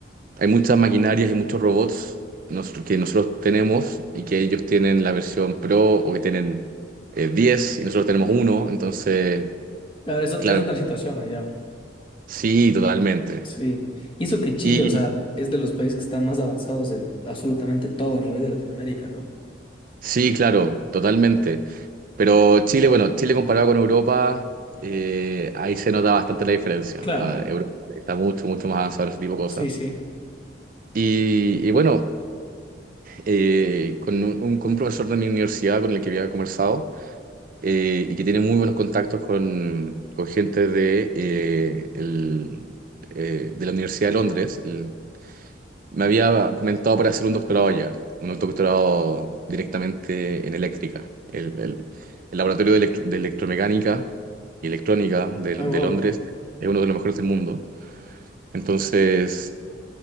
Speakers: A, on the right; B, on the left.
A: hay muchas maquinarias y muchos robots nos- que nosotros tenemos y que ellos tienen la versión Pro o que tienen eh, 10 y nosotros tenemos uno. Entonces,
B: Claro, es, ot-
A: claro,
B: es otra situación allá.
A: sí, totalmente.
B: Sí, y eso que Chile,
A: Y
B: o sea, es de los países que están más avanzados en absolutamente todo a nivel de Latinoamérica, ¿no?
A: sí, claro, totalmente. Pero Chile, bueno, Chile comparado con Europa, eh, ahí se nota bastante la diferencia.
B: Claro.
A: Ah, Europa está mucho, mucho más avanzado en ese tipo de cosas.
B: Sí, sí.
A: Y, y bueno, eh, con un, un- con un profesor de mi universidad con el que había conversado eh, y que tiene muy buenos contactos con, con gente de, eh, el, eh, de la Universidad de Londres, el- me había comentado para hacer un doctorado allá, un doctorado directamente en eléctrica. El, el- el laboratorio de, electro- de electromecánica y electrónica de,
B: Ah,
A: de
B: wow,
A: Londres es uno de los mejores del mundo. Entonces...